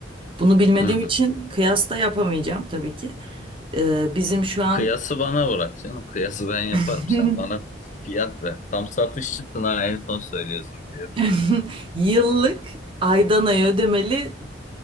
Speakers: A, on the right (about 30°); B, on the left (about 40°).
A: bunu bilmediğim
B: Hı hı.
A: için kıyas da yapamayacağım tabii ki. Ee, bizim şu an
B: Kıyası bana bırak canım. Kıyası ben yaparım.
A: <laughs>
B: Sen bana fiyat ver. Tam satışçısın ha. En son söylüyorsun fiyatı.
A: <laughs> yıllık aydan aya ödemeli